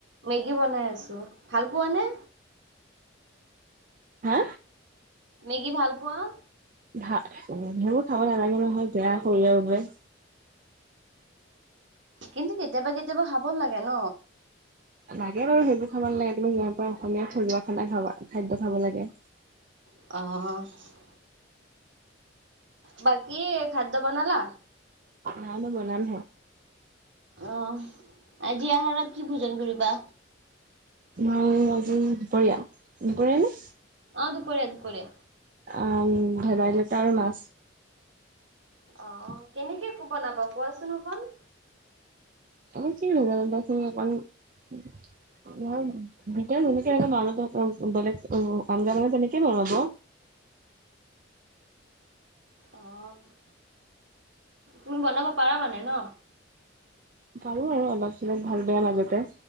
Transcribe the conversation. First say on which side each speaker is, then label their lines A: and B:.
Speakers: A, on the right; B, on the right.
A: মেগী বনাই আছো, ভাল পোৱা নে?
B: হা!
A: মেগী ভাল পোৱা?
B: ভা সেইবোৰ খাব নালাগে নহয় বেয়া শৰিৰৰ বাবে।
A: কিন্তু কেতিয়াবা কেতিয়াবা খাব লাগে ন।
B: লাগে বাৰু সেইবোৰ খাব নালাগে তুমি গ'ম পা অসমীয়া থজুৱা খনা খাবা, খাদ্য খাব লাগে।
A: অ'। বাকি ভাতটো বনালা?
B: নাই মই বনাম হে।
A: অহ আজি আহাৰত কি ভোজন কৰিবা?
B: মই আজি দুপৰীয়া, দুপৰীয়া নে?
A: অ', দুপৰীয়া দুপৰীয়া।
B: আহ ভেদাইলতা আৰু মাছ।
A: অ' কেনেকে বনাবা কোৱাচোন অকণ?
B: আজি ভেদাইলতা খিনি অকণ, <unintelligible> এতিয়া যেনেকে <unintelligible> বেলেগ আঞজা বনাই তেনেকে বনাব।
A: অ'। তুমি বনাব পৰা মানে ন?
B: পাৰো আৰু অলপ চলপ ভাল, বেয়া মাজতে।